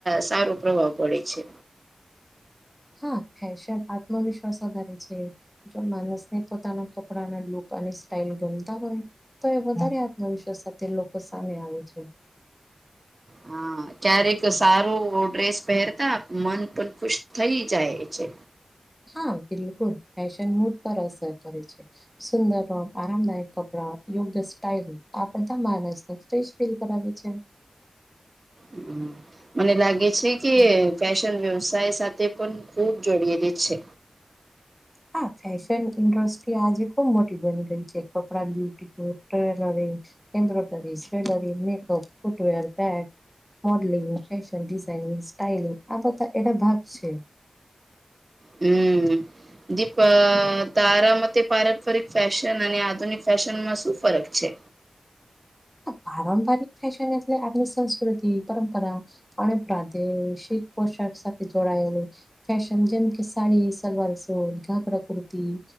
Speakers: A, on the right; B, in the centre.
A: સારો પ્રભાવ પડે છે.
B: હા ફેશન આત્મવિશ્વાસ વધારે છે. જો માનસને પોતાના કપડાનાં લુક અને સ્ટાઈલ ગમતા હોય. તો એ વધારે આત્મવિશ્વાસ સાથે લોકો સામે આવે છે.
A: હા ક્યારેક સારું ડ્રેસ પેરતા મન પન ખુશ થઈ જાય છે.
B: હા બિલકુલ ફેશન મૂડ પર અસર કરે છે. સુંદરો આરામદાયક કપડા યોગ્ય સ્ટાઈલ આ બધાં માનસ ફટ્રસ ફીલ કરાવી છે.
A: હમ મને લાગે છે કે ફેશન વ્યવસાય સાથે પન ખૂબ જોડયેલી છે.
B: હા ફેશન ઇન્ડસ્ટ્રી આજે ખુબ મોટી બની ગઈ છે કપડા બ્યુટી કોટ લવેજ. એમ્બ્રોદવેજ, સ્પેલરી, મેકઅપ, ફૂટવેર બેગ મ, ડલિંગ ફેશન ડિઝાઈનિંગ સ્ટાઈલિંગ આ બધા એ તો ભાગશે
A: હમ દીપ તારા મતે પારંપરિક ફેશન અને આધુનિક ફેશનમાં શું ફરક છે.?
B: પારંપરિક ફેશન એટલે આપની સંસ્કૃતિ પરંપરા અને પ્રાદેશિક પોશાક સાથે જોડાયેલી ફેશન જેમ કે, સાડી, સલવાર, સૂટ, ગાઘરા કુર્તી,